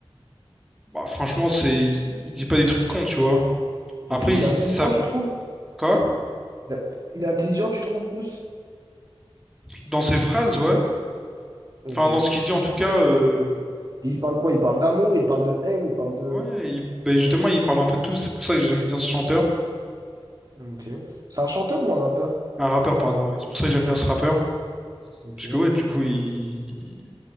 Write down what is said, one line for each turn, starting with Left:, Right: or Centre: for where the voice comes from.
Centre: bah, franchement, c'est, il dit pas des trucs cons, tu vois. Après,
Right: ok. Il
Centre: il,
Right: est intelligent,
Centre: ça,
Right: tu trouves?
Centre: quoi?
Right: Il a- il est intelligent, tu trouves, Bous?
Centre: Dans ses phrases, ouais.
Right: Ok.
Centre: Enfin,
Right: Et
Centre: dans ce qu'il dit en tout cas. euh,
Right: il parle quoi? Il parle d'amour, il parle de haine, il parle de,
Centre: Ouais, il- ben
Right: de quoi?
Centre: justement, il parle un peu de tout. C'est pour ça que j'aime bien ce chanteur.
Right: Ok. C'est un chanteur ou un rappeur?
Centre: Un rappeur, pardon. ouais. C'est pour ça que j'aime bien ce rappeur.
Right: Ok.
Centre: Parce que, ouais, du coup, il,